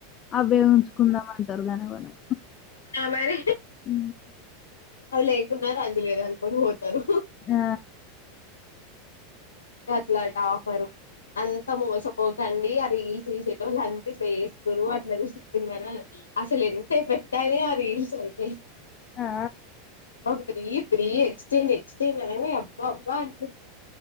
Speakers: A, on the left; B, on the left.
A: అవే ఉంచుకుందాం అంటారు కానీ కొనరు
B: ఆ మరి
A: ఉ
B: అవి లేకున్నా రంజి లేదు అనుకోని పోతారు
A: ఆ
B: అట్లా టపర్ అంతా మోసపోకండి ఆ రీల్స్ తీసేటో లం ఇట్ల చేస్తే అట్ల చెస్తున్నారు అసలు ఎంత ఎఫెక్ట్ అని అ చౌపి
A: ఆ
B: మా ఫ్రీ ఫ్రీ ఎక్సంజ్ ఎ అంటే మనమే అబ్బా అబ్బా అంట